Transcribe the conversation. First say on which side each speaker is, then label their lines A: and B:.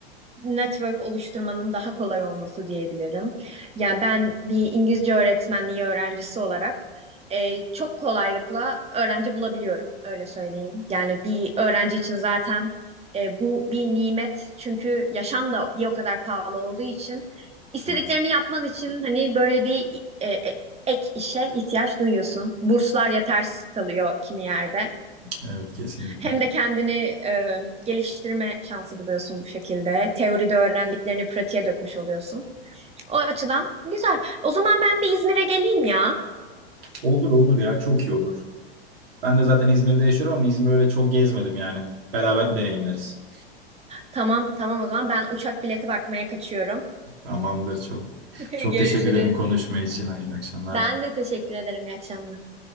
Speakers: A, on the right; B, on the right.
A: network oluşturmanın daha kolay olması diyebilirim. Yani ben bir İngilizce öğretmenliği öğrencisi olarak e, çok kolaylıkla öğrenci bulabiliyorum, öyle söyleyeyim. Yani bir öğrenci için zaten e, bu bir nimet çünkü yaşam da bir o kadar pahalı olduğu için istediklerini
B: Evet,
A: yapman için hani böyle bir e, e, ek işe ihtiyaç duyuyorsun. Burslar yetersiz kalıyor kimi yerde.
B: evet kesinlikle.
A: Hem de kendini e, geliştirme şansı buluyorsun bu şekilde. Teoride öğrendiklerini pratiğe dökmüş oluyorsun. O açıdan güzel. O zaman ben bir İzmir'e geleyim ya.
B: Olur olur ya çok iyi olur. Ben de zaten İzmir'de yaşıyorum ama İzmir'i öyle çok gezmedim yani. Beraber deneyimleriz.
A: Tamam, tamam o zaman ben uçak bileti bakmaya kaçıyorum.
B: Tamamdır çok.
A: <laughs>
B: Çok
A: Görüşürüz.
B: teşekkür ederim konuşma için. Hayırlı akşamlar.
A: Ben de teşekkür ederim. İyi akşamlar.